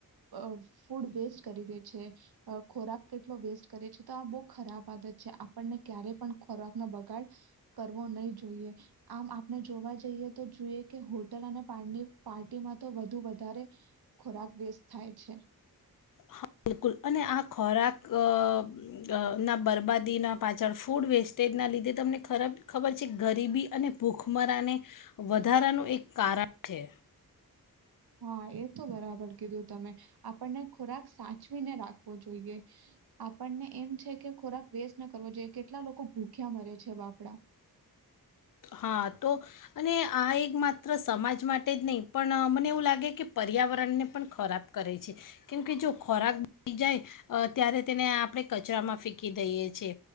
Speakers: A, on the right (about 85°); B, on the left (about 60°).
A: અ ફૂડ વેસ્ટ કરી દે છે અ ખોરાક કેટલો વેસ્ટ કરે છે તો આ બહુ ખરાબ આદત છે આપણને ક્યારે પણ ખોરાક ના બગ કરવો નહી જોઈએ આમ આપણે જોવા જ તો જો હોટલ પર્ડ પાર્ટીમાં તો વધુ વધારે ખોરાક વસ્ટ થાય છે
B: હા બિલકુલ અને આ ખોરાક અ અબ ના બરબાદીના પાછળ ફૂડ વેસ્ટેજના લીધે તમને ખરાબ ખબર છે ગરીબી અને ભૂખમરાને વધારાનું એક કારણ છે
A: હા એ તો બરાબર કીધું તમે આપણને ખોરાક સાચવીને રાખવો જોઈએ આપણને એમ છે કે ખોરાક વેસ્ટ ના કરવો જોઈએ કેટલા લોકો ભૂખ્યા મરે છે બાપડા
B: હા તો અને આ એક માત્ર સમાજ માટે જ નહીં પણ મને એવું લાગે કે પર્યાવરણને પણ ખોરાબ કરે છે કેમકે જો ખોરાક બી જાય ત્યારે તેને આપણે કચરામાં ફેંકી દઈએ છેએ